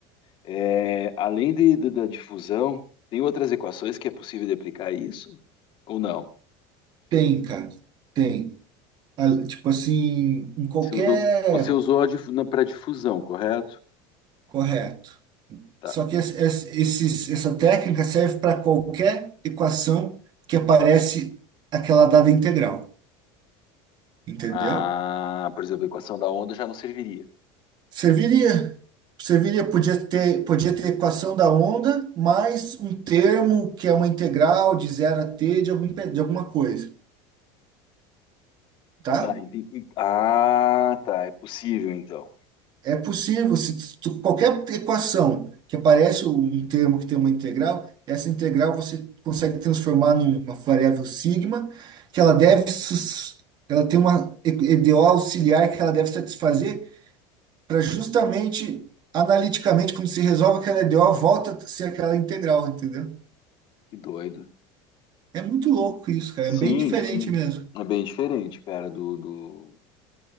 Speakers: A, on the left; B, on the right.
A: É, além de, de- da difusão, tem outras equações que é possível de aplicar isso? Ou não?
B: Tem, cara. Tem. Ah, Tipo assim, em qualquer.
A: Você usou, você usou para difusão, correto?
B: Correto.
A: Tá.
B: Só que es- es- esses, essa técnica serve para qualquer equação que aparece aquela dada integral. Entendeu?
A: Ah, por exemplo, a equação da onda já não serviria.
B: Serviria. Serviria, podia ter, podia ter equação da onda mais um termo que é uma integral de zero a t de, algum, pe- de alguma coisa, tá?
A: Tá, enten- en- ah, tá, é possível então.
B: É possível, se tu- qualquer equação que aparece um termo que tem uma integral, essa integral você consegue transformar numa variável sigma, que ela deve, sus- ela tem uma e- EDO auxiliar que ela deve satisfazer para justamente, analiticamente, quando se resolve aquela EDO, volta a ser aquela integral, entendeu?
A: Que doido.
B: É muito louco isso, cara.
A: Sim,
B: É bem diferente
A: sim.
B: mesmo.
A: É bem diferente, cara, do, do...